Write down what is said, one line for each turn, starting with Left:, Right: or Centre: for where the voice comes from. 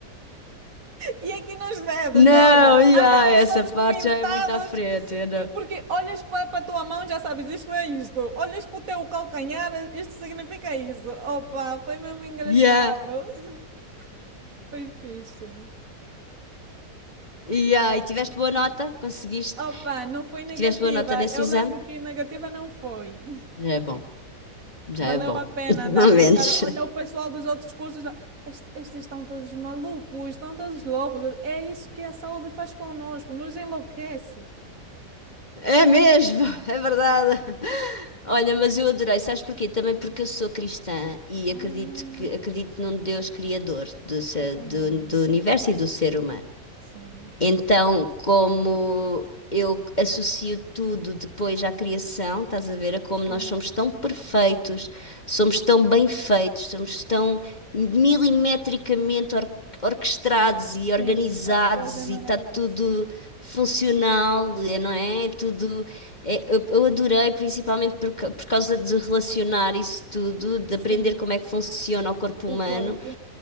Right: E aqui nas vedas,
Left: não,
Right: olha,
Left: yeah,
Right: andamos
Left: essa
Right: todos
Left: parte
Right: pintados,
Left: já é muito à frente, eu não.
Right: porque olhas para para a tua mão já sabes, isto é isto. Olhas para o teu calcanhar, isto significa isso. Opa, foi mesmo engraçado.
Left: Yeah,
Right: <laughs> Foi fixe.
Left: yeah. E tiveste boa nota? Conseguiste?
Right: Opa, não foi negativa.
Left: Tiveste boa nota nesse
Right: Eu
Left: exame?
Right: lembro que negativa não foi.
Left: Já é bom, já
Right: Valeu
Left: é bom.
Right: a pena
Left: <laughs> Pelo
Right: andar pintada.
Left: menos.
Right: Olha o pessoal dos outros cursos. ó, Estes, estes estão todos malucos, estão todos loucos. É isso que a saúde faz conosco, nos enlouquece.
Left: É mesmo, é verdade. Olha, mas eu adorei, sabes porquê? Também porque eu sou cristã e
Right: Ah,
Left: acredito que acredito num Deus criador do, ser-
Right: eu também,
Left: do, do
Right: eu também.
Left: universo e do ser humano.
Right: Sim,
Left: Então, como eu associo tudo depois à criação, estás a ver? A como
Right: sim,
Left: nós somos tão perfeitos, somos tão bem feitos, somos tão milimetricamente or- orquestrados e
Right: sim.
Left: organizados
Right: Ah, Deus é maravilhoso.
Left: e está tudo funcional, é, não é? É Tudo. é- eu, eu adorei, principalmente por, ca- por causa de relacionar isso tudo, de
Right: Sim,
Left: aprender como é que funciona o corpo
Right: o
Left: humano
Right: corpo,